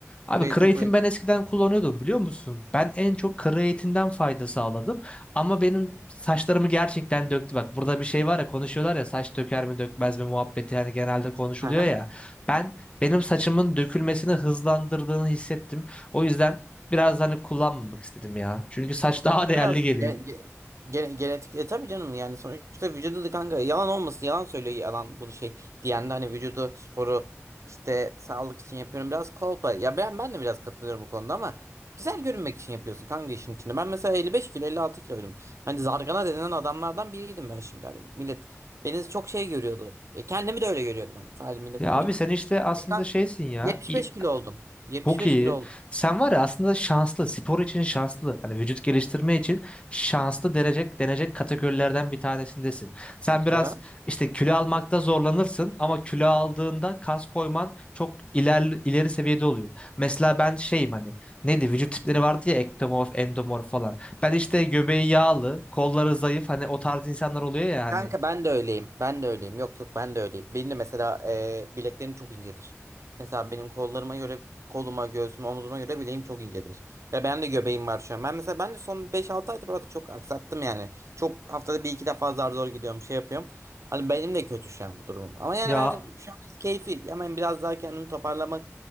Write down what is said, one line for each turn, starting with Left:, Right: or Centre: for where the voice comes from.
Left: Abi
Right: Kreatin,
Left: kreatin
Right: protein
Left: ben eskiden kullanıyordum biliyor musun? Ben en çok kreatinden fayda sağladım. Ama benim saçlarımı gerçekten döktü. Bak burada bir şey var ya konuşuyorlar ya saç döker mi dökmez mi muhabbeti hani genelde konuşuluyor
Right: tozu.
Left: ya. Ben benim saçımın dökülmesini hızlandırdığını hissettim. O yüzden biraz da hani kullanmamak istedim ya. Çünkü saç <laughs> daha değerli
Right: O biraz
Left: geliyor.
Right: gene- ge- gene- genetik. E tabii canım yani sonuçta vücudu da kanka yalan olmasın yalan söylüyor yalan bunu şey diyen de hani vücudu sporu işte sağlık için yapıyorum biraz kolpa. Ya ben, ben de biraz katılıyorum bu konuda ama güzel görünmek için yapıyorsun kanka işin içinde. Ben mesela 55 kilo 56 kiloydum. Hani zargana denilen adamlardan biriydim ben şimdi hani millet beni çok şey görüyordu. E, kendimi de öyle görüyordum hani sadece millet
Left: Ya
Right: demeyeyim.
Left: abi sen işte aslında
Right: E, kanka
Left: şeysin ya.
Right: 75
Left: i-
Right: kilo oldum. 75
Left: Çok iyi.
Right: kilo oldum.
Left: Sen var ya aslında şanslı. Spor için şanslı. Hani vücut geliştirme için şanslı denecek, denecek kategorilerden bir tanesindesin. Sen biraz
Right: Neden?
Left: işte kilo almakta zorlanırsın ama kilo aldığında kas koyman çok iler, ileri seviyede oluyor. Mesela ben şeyim hani neydi vücut tipleri vardı ya ektomorf, endomorf falan. Ben işte göbeği yağlı, kolları zayıf hani o tarz insanlar oluyor ya hani.
Right: Kanka ben de öyleyim. Ben de öyleyim. Yok yok ben de öyleyim. Benim de mesela e, bileklerim çok incedir. Mesela benim kollarıma göre, koluma, göğsüme, omzuma göre bileğim çok incedir. Ve ben de göbeğim var şu an. Ben mesela ben de son beş altı aydır orada çok aksattım yani. Çok haftada bir iki defa zar zor gidiyorum şey yapıyorum. Hani benim de kötü şu an durumum. Ama yani
Left: Ya
Right: ben şu an biraz keyfi hemen biraz daha kendimi toparlamak